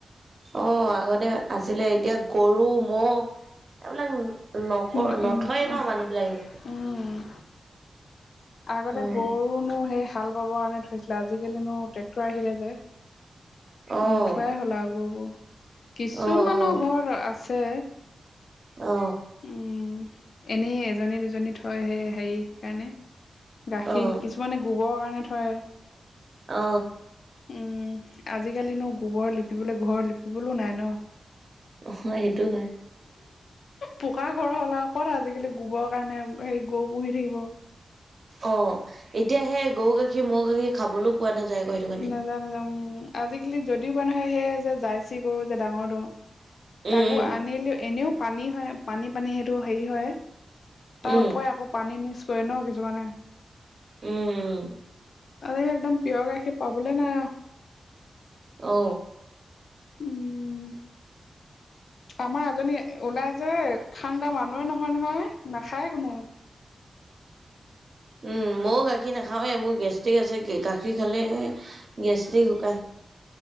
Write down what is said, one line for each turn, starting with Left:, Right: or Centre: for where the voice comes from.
Right: অ আগতে আছিলে এতিয়া গৰু ম'হ এইবিলাক নক
Left: উম
Right: নথয়ে
Left: উম উম
Right: ন মানুহ বিলাকে।
Left: উম আগতে
Right: অ',
Left: গৰুনো সেই হাল বাবৰ কাৰণে থৈছিলে আজিকালিনো ট্ৰেক্টৰ আহিলে যে।
Right: অ',
Left: নুথোৱাই হ'ল আও গৰুবো কিছুমানৰ
Right: অ',
Left: ঘৰত আছে,
Right: অ
Left: উম এনেই এজনী দুজনী থয় সে হেৰি কাৰণে গাখীৰ
Right: অ', অ',
Left: কিছুমানে গোবৰ কাৰণে থয়
Right: অ
Left: উম আজিকালিনো গোবৰ লিপিবলে ঘৰ লিপিবলো নাই ন।
Right: হয় সেইটো হয়।
Left: পকা ঘৰ হ'ল আও ক'ত আজিকালি গোবৰ কাৰণে সেই গৰু পুহি থাকিব।
Right: অ এতিয়া সেই গৰু গাখীৰ, ম'হ গাখীৰ খাবলৈও পোৱা নাযায়। আকৌ সেইটো কাৰণে।
Left: নাযায় নাযায় উম আজিকালি যদিও মানুহে সেয়ে যে জাৰ্চী গৰু যে ডাঙৰটো
Right: উম,
Left: তাকো
Right: উম,
Left: আনিলেও এনেও পানী হয় পানী পানী সেইটো হেৰি হয়, তাৰ
Right: উম,
Left: উপৰে আকৌ পানী মিক্স কৰে ন কিছুমানে,
Right: উম উম।
Left: আৰে একদম পিয়ৰ গাখীৰ পাবলৈ নাই অ।
Right: অ।
Left: উম আমাৰ এজনী ওলাই যে খাং তা মানুহৱে নহয় নহয় নাখায় কোনো।
Right: উম ময়ো গাখীৰ নাখাওঁৱে মোৰ গেষ্টিক আছে গাখীৰ খালে গেষ্ট্ৰিক শুকাই।